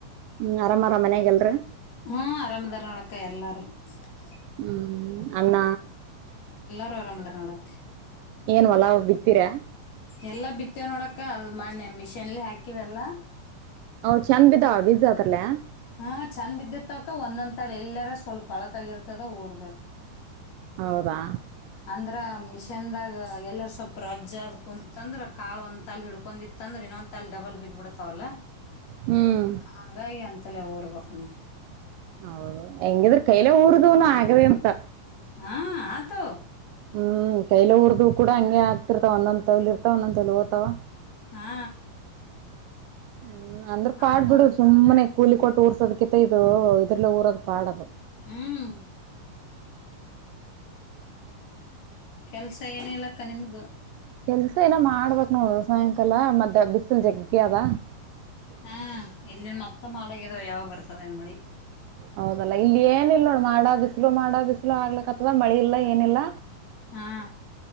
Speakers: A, on the right; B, on the left.
A: ಹ್ಮ್ ಆರಾಮಾರ ಮನ್ಯಾಗಲ್ರ
B: ಹ್ಮ ಆರಾಮದಾರ ನೋಡಕ್ಕ ಎಲ್ಲಾರು <unintelligible>
A: ಹ್ಮ್ ಅಣ್ಣ
B: ರು ಆರಾಮದರ ನೋಡತಿ
A: ಏನ್ ಹೊಲ ಬಿತ್ತೀರಾ
B: ಎಲ್ಲಾ ಬಿತ್ತೇವ್ ನೋಡಕ್ಕ ಅದ್ ಮಾಡನೆ ಮಿಷನ್ಲಿ ಹಾಕಿವಿವೆಲ್ಲಾ
A: ಅವ್ ಚೆಂದ್ ಬಿದವ್ ಬೀಜ ಅದ್ರಲ್ಲೇ
B: ಹಾ ಚಂದ್ ಬಿದ್ದೇರ್ ಕ ಒಂದೊಂದ್ ತಲೆ ಎಲ್ಲಾರ ಸ್ವಲ್ಪ ಅಳಕಾಗಿರ್ತದ ಊರ್ಬೇಕ್
A: ಹೌದಾ
B: ಅಂದ್ರ ಮಿಷನ್ದಾಗ ಎಲ್ಲಾರ ಸ್ವಲ್ಪ ರಜ್ಜ ಅ ಆದ್ ಕುಂತಂದ್ರ ಕಾಳ ಒಂದ ತಾಲ ಹಿಡ್ಕೊಂಡಿತ್ತ ಅಂದ್ರ ಇನ್ನೊ ತಾಲ ಡಬಲ್ ಬಿದ್ ಬಿಡ್ತಾವಲ್ಲ
A: ಹ್ಮ್
B: ಹಂಗಾಗಿ ಎಂತಲ್ಲ ಊರ್ ಬಕ್ನು
A: ಹೌದು ಹೆಂಗಿದ್ರ ಕೈಲೆ ಊರದನು ಆಗೆವೆ ಅಂತ
B: ಹಾ ಹತವ್
A: ಹ್ಮ್ ಕೈಲ ಊರ್ದು ಕೂಡ ಹಂಗೆ ಆಗ್ತಿರ್ತವಾವ ಒಂದೊಂದ್ ತಲಲಿ ಇರ್ತಾವ ಒಂದೊಂದ ತಲಿ ಓತವ
B: ಹಾ
A: ಹ್ಮ ಅಂದ್ರ ಪಾಡ್
B: ಆತು
A: ಬಿಡು
B: ಮತ್
A: ಸುಮ್ಮನೆ ಕೂಲಿ ಕೊಟ್ ಟೂರ್ಸ್ ಅದ್ಕಿಂತ ಇದು ಇದ್ರಲ ಊರದ್ ಪಾಡದು
B: ಹ್ಮ್ ಕೆಲ್ಸ ಏನ್ ಇಲಕ್ಕ ನಿಮ್ದ್
A: ಕೆಲ್ಸ ಏನ ಮಾಡ್ಬೇಕ್ ನೋಡ ಸಾಯಂಕಾಲ ಮದ ಬಿಸಲ್ ಜಗ್ಗಿ ಅದ
B: ಹ್ಮ ಇಲ್ಲಿನ್ ಮತ್ತ ಮಾಡಳಗಿದಾವ ಯಾವಾಗ ಬರ್ತ್ತ ತದೇನ್ ಮಳಿ
A: ಹೌದಲ್ಲ ಇಲ್ ಎ ಏನಿಲ್ ನೋಡ್ ಮಾಡದ್ ಬಿಸ್ಲು ಮಾಡ ಬಿಸ್ಲು ಆಗ್ಲತ್ತದ ಮಳಿ ಇಲ್ಲ ಎ ಏನಿಲ್ಲ
B: ಹಾ